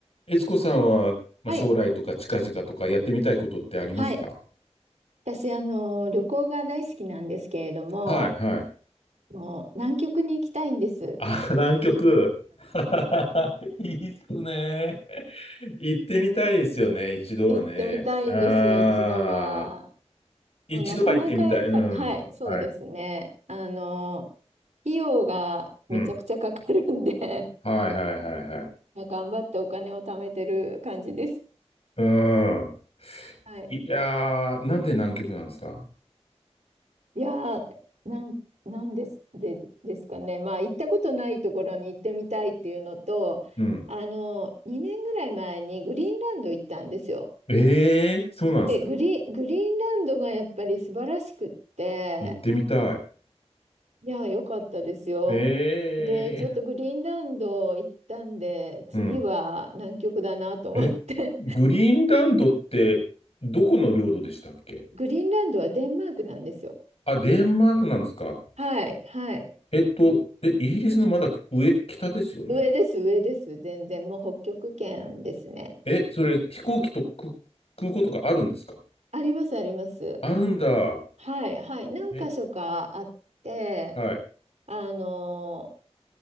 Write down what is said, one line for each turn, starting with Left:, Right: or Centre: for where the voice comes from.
Left: 悦子さんは、まあ、
Right: はい。
Left: 将来とか近々とかやってみたいことってありますか
Right: はい。私、あの、旅行が大好きなんですけれども、
Left: はい、はい。
Right: もう南極に行きたいんです。
Left: あ、南極。<laughs> いいっすね。行ってみたいですよね、一度はね。
Right: 行ってみたいんですよ、
Left: ああ、
Right: 一度は。
Left: 一度は行ってみたい。
Right: もうなかなかやっぱり、
Left: うん。
Right: はい、そうですね。
Left: はい。
Right: あの、費用がめちゃくちゃかかるんで
Left: うん。はい、はい、はい、はい。
Right: <laughs> まあ頑張ってお金を貯めてる感じです。
Left: うん。
Right: はい。
Left: いやー、なんで南極なんですか
Right: いやー、なん、なんです、で、ですかね。まあ、行ったことないところに行ってみたいっていうのと、
Left: うん。
Right: あの、2年ぐらい前にグリーンランド行ったんですよ。
Left: ええー、そうなんですか
Right: で、グリーン、グリーンランドがやっぱり素晴らしくって、
Left: 行ってみたい。
Right: いや、良かったですよ。
Left: ええ
Right: で、ちょっとグリーンランド行ったんで、次は南極だなと思って。
Left: ー。うんえ、グリーンランドってどこの領土でしたっけ
Right: <laughs> グリーンランドはデンマークなんですよ。
Left: あ、デンマークなんですか。
Right: はい、はい。
Left: えっと、え、イギリスのまだ上、北ですよね。
Right: 上です、上です。全然、もう北極圏ですね。
Left: え、それ飛行機とく空港とかあるんですか
Right: あります、あります。
Left: あるんだ。
Right: はい、はい。何箇所かあって、
Left: え、はい。
Right: あの